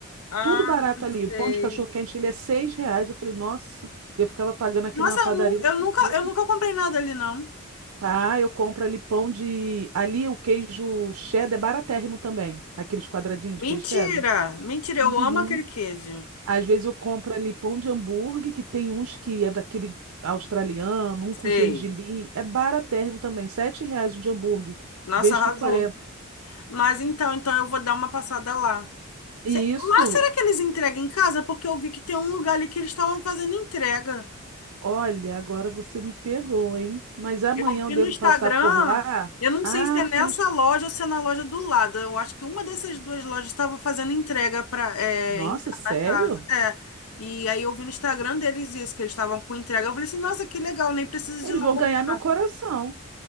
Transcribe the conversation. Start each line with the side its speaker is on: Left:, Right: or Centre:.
Left: Ah,
Right: tudo barato ali. O
Left: sei.
Right: pão de cachorro-quente, ele é seis reais. Eu falei, nossa, eu ficava pagando aqui
Left: Nossa,
Right: na padaria
Left: eu, nu-
Right: uma
Left: eu
Right: fortuna.
Left: nunca, eu nunca comprei nada ali, não.
Right: Ah, eu compro ali pão de... Ali o queijo cheddar é baratérrimo também. Aqueles quadradinhos
Left: Mentira!
Right: de queijo cheddar.
Left: Mentira,
Right: Uhum.
Left: eu amo aquele queijo.
Right: Às vezes eu compro ali pão de hambúrguer, que tem uns que é daquele australiano, um
Left: Sei.
Right: com gergelim. É baratérrimo também. Sete reais o de hambúrguer.
Left: Nossa,
Right: Vejo
Left: arrasou.
Right: que 40.
Left: Mas então, então eu vou dar uma passada lá. Se-
Right: E Isso,
Left: Lá será que eles entregam em casa? Porque eu vi que tem um lugar ali que eles estavam fazendo entrega.
Right: Olha, agora você me pegou, hein? Mas amanhã
Left: Eu vi
Right: eu devo
Left: no Instagram,
Right: passar por lá?
Left: eu não
Right: Ah,
Left: sei se é nessa
Right: tu tens.
Left: loja ou se é na loja do lado. Eu acho que uma dessas duas lojas estava fazendo entrega para é,
Right: Nossa,
Left: em cada
Right: sério?
Left: casa. É. E aí eu vi no Instagram deles isso, que eles estavam com entrega. Eu falei assim, nossa, que legal, nem precisa
Right: Eles
Left: de ir lá
Right: vão
Left: comprar.
Right: ganhar meu coração